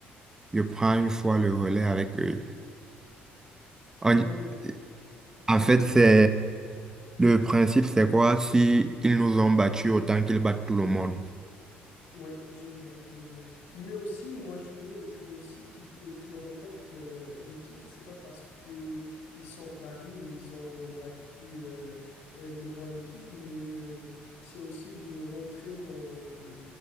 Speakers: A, on the right; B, on the left.
A: je prends une fois le relais avec eux. En,
B: Ah oui,
A: en
B: oui,
A: fait, c'est le principe, c'est quoi? Si ils nous ont battus, autant qu'ils battent tout le monde.
B: oui, je vois, je vois. Mais aussi, moi, je veux, je veux aussi qu'ils qu'ils remportent euh, le titre. C'est pas parce que ils sont Paris ou ils ont battu euh, euh, de grandes équipes, mais euh, c'est aussi de rentrer dans, euh,